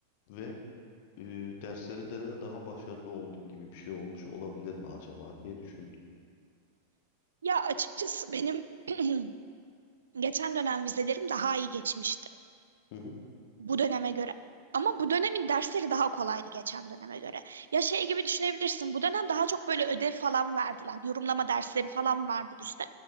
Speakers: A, on the left (about 50°); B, on the right (about 70°).
A: ve e, derslerinde de daha başarılı oldun gibi bir şey olmuş olabilir mi acaba diye düşündüm.
B: Ya açıkçası benim <clears throat> geçen dönem vizelerim daha iyi geçmişti
A: Hı hı.
B: bu döneme göre. Ama bu dönemin dersleri daha kolaydı geçen döneme göre. Ya şey gibi düşünebilirsin. Bu dönem daha çok böyle ödev falan verdiler. Yorumlama dersleri falan vardı bizde.